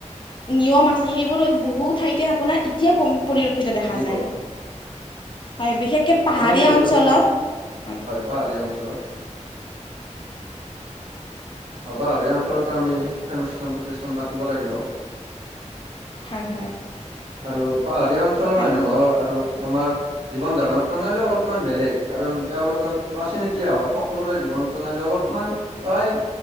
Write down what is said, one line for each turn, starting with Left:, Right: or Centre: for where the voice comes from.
Left: নিয়ম আছে, সেইবোৰ বহু ঠাইতে আপোনাৰ এতিয়া পৰিলক্ষিত দেখা
Right: লাগিব।
Left: যায়। হয় বিশেষ পাহাৰীয়া
Right: আমি যিহেতু
Left: অঞ্চলত,
Right: আমাৰ
Left: হয়।
Right: পাহাৰীয়া অঞ্চলত পাহৰিীয়া অঞ্চলতো আমি শিক্ষানুষ্ঠান প্ৰতিষ্ঠান পাতিব লাগিব।
Left: হয় হয়।
Right: আৰু পাহাৰীয়া অঞ্চলৰ মানুহৰ
Left: আৰু
Right: আৰু আমাৰ জীৱন ধাৰণৰ প্ৰণালী অলপমান বেলেগ, কাৰণ তেওঁলোকে প্ৰাচীন এতিয়া হয় সকলোৰে জীৱন প্ৰণালী অলপমান প্ৰায়